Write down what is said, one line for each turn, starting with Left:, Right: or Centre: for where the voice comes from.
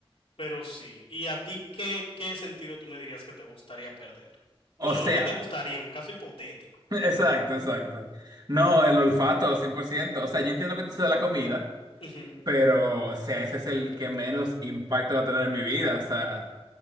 Left: Pero sí, ¿y a ti qué, qué sentido tú me dirías que te gustaría perder? Bueno,
Right: O sea,
Left: no que te gustaría, un caso hipotético.
Right: <laughs> exacto, exacto. No, el olfato, cien por ciento O sea, yo entiendo que te de la comida,
Left: Ujú.
Right: pero, o sea, ese es el que menos impacto va a tener en mi vida. O sea,